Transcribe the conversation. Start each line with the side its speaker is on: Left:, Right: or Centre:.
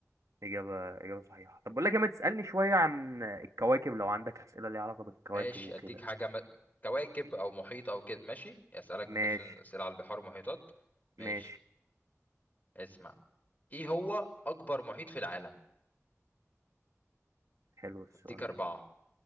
Right: إجابة إجابة صحيحة طب بقول لك إيه، ما تسألني شوية عن الكواكب لو عندك أسئلة ليها علاقة بالكواكب
Left: ماشي
Right: وكده
Left: اديك حاجه م... كواكب او محيط او كده ماشي اسالك
Right: ماشي
Left: مثلا اسئله على البحار ومحيطات ماشي
Right: ماشي
Left: اسمع ايه هو اكبر محيط في العالم
Right: حلو السؤال
Left: هديك اربعه
Right: ده